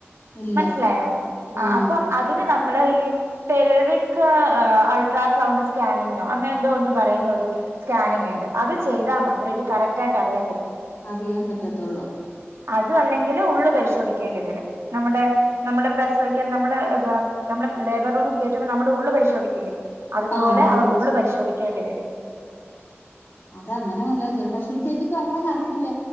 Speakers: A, on the left (about 45°); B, on the right (about 80°).
A: ഇല്ല
B: മനസ്സിലായോ
A: ആഹ്
B: അപ്പം അതിന് നമ്മള് ഈ ഈ പെൽവിക് അൾട്രാസൗണ്ട് സ്കാനിങ്ങിനോ അങ്ങനെ എന്തോ ഒന്ന് പറയുന്ന ഒരു സ്കാനിങ് ഇണ്ട് അത് ചെയ്താ മാത്രേ ഇത് കറക്റ്റ് ആയിട്ട് അറിയാൻ പ
A: അറിയാൻ പറ്റത്തൊള്ളൂ.
B: അത് അല്ലെങ്കില് ഉള്ളള് പരിശോധിക്കേണ്ടി വരും. നമ്മടെ നമ്മളെ പ്രസവിക്കാൻ നമ്മള് ഗ നമ്മളെ പി ലേബർ റൂമി കേറ്റുമ്പോ നമ്മടെ ഉള്ളള് പരിശോധിക്കില്ലേ അതുപോലെ
A: ആഹ് ഉള്ളു
B: അവർ
A: പരിച്ച
B: ഉള്ള് പരിശോധിക്കേണ്ടി വരും.
A: അത അങ്ങനെ വല്ലോം ചെയ്യും. പക്ഷേ ഈ ചേച്ചിക്ക് അത്രങ്ങ അറിയത്തില്ലേ